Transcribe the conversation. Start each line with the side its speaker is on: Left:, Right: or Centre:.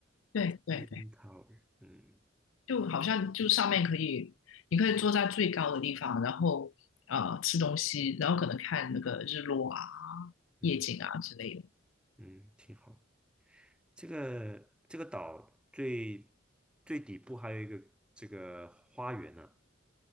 Left: 对对对，
Centre: ，CN Tower，嗯
Left: 就好像就上面可以，你可以坐在最高的地方，然后呃吃东西，然后可能看那个日落啊、
Centre: 嗯
Left: 夜景啊之类的。
Centre: 嗯，挺好。这个这个岛最最底部还有一个这个花园呢、